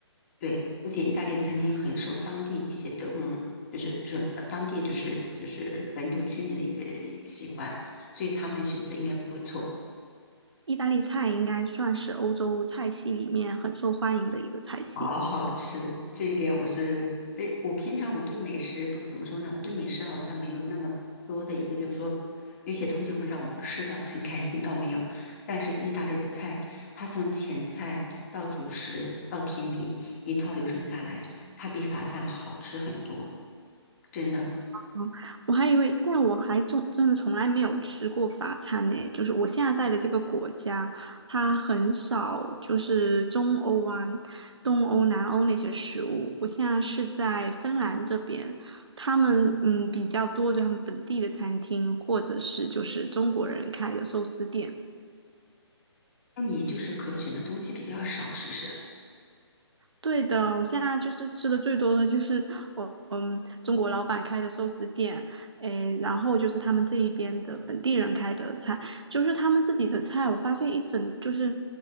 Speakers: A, on the left; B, on the right.
A: 对，而且意大利餐厅很受当地一些德国人，就是是呃当地就是就是本土居民的一个喜欢，所以他们的选择应该不会错。
B: 意大利菜应该算是欧洲菜系里面很受欢迎的一个菜系。
A: 好好吃，这一点我是，诶，我平常我对美食不怎么说呢，我对美食好像没有那么多的一个，就是说有些东西会让我吃的很开心，倒没有。但是意大利的菜，它从前菜到主食到甜品一套流程下来，它比法餐好吃很多，真的。
B: 嗯，我还以为，但我还真真的从来没有吃过法餐呢。就是我现在在的这个国家，它很少就是中欧啊、东欧、南欧那些食物。我现在是在芬兰这边，他们嗯比较多，就他们本地的餐厅，或者是就是中国人开的寿司店。
A: 那你就是可选的东西比较少，是不是？
B: 对的，我现在就是吃的最多的就是 <laughs> 我。中国老板开的寿司店，诶，然后就是他们这一边的本地人开的菜，就是他们自己的菜。我发现一整就是